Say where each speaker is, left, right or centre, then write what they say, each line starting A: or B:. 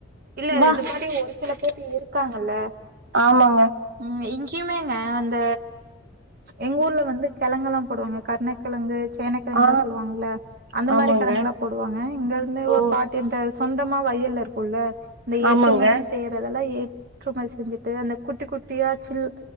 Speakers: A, on the right (about 50°); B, on the right (about 85°).
A: இல்ல
B: வா
A: இது மாதிரி ஒரு சில பேர் இருக்காங்கல்ல
B: ஆமா
A: ம் இங்கேயுமேங்க அந்த எங்க ஊர்ல வந்து கெழங்குல்லாம் போடுவாங்க கருணக்கெழங்கு சேனக்கெழங்க
B: ஆ
A: எல்லாம் சொல்லுவாங்கல்ல அந்த
B: ஆமாங்க
A: மாதிரி கெழங் எல்லாம் போடுவாங்க இங்க இருந்து ஒரு
B: ஓ
A: பாட்டு இந்த சொந்தமா வயல்ல இருக்கும்ல்ல இந்த ஏற்றுமதி
B: ஆமாங்க
A: செய்யத் அதெல்லாம் ஏற்றுமதி செஞ்சுட்டு அந்த குட்டி குட்டி யாச்சில்